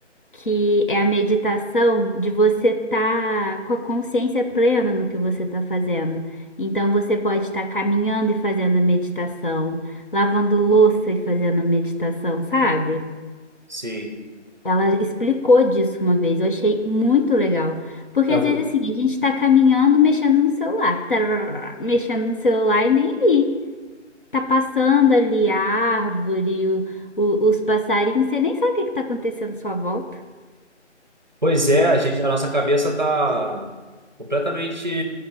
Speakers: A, on the left; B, on the right.
A: que é a meditação de você estar com a consciência plena no que você está fazendo. Então, você pode estar caminhando e fazendo a meditação, lavando louça e fazendo a meditação, sabe?
B: sim.
A: Ela explicou disso uma vez, eu achei muito legal. Porque
B: É,
A: às vezes assim, a gente está caminhando, mexendo no celular, tarará, mexendo no celular e nem aí. Tá passando ali a árvore, o- o- os passarinhos, você nem sabe o que que tá acontecendo à sua volta.
B: Pois é, a gente, a nossa cabeça está completamente